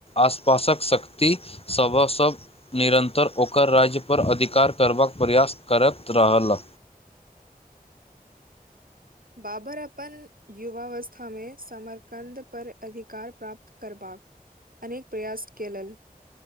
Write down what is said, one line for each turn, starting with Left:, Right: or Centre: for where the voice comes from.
Left: आसपासक शक्ति सभ से निरन्तर ओकर राज्यपर अधिकार करबाक प्रयास करैत रहल
Right: बाबर अपन युववस्था मे समरकन्द पर अधिकार प्राप्त करबाकऽ अनेक प्रयास कल